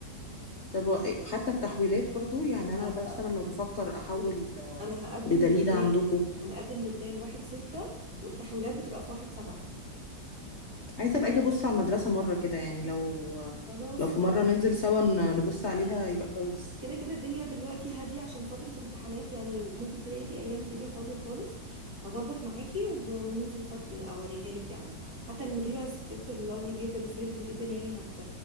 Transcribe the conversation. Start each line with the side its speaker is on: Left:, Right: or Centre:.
Left: طب حتى التحويلات برضو يعني
Right: لا
Left: انا مثلا لو بفكر احول
Right: بص، انا هقدم
Left: لدليده
Right: لبلال
Left: عندكم
Right: هنقدم لبلال واحد ستة والتحويلات بتبقى في واحد سبعة
Left: عايزه ابقى اجي ابص على المدرسه مره كده يعني لو
Right: خلاص
Left: لو في مره
Right: أو
Left: ننزل سوا ن- نبص عليها يبقى كويس
Right: كده كده الدنيا دلوقتي هادية عشان فترة امتحانات يعني ممكن تلاقي في أيام الدنيا فاضية خالص هظبط معاكي و- وننزل فت... أوريها لك يعني حتى المديرة الست اللافلي جدا وفريندلي جدا يعني هت...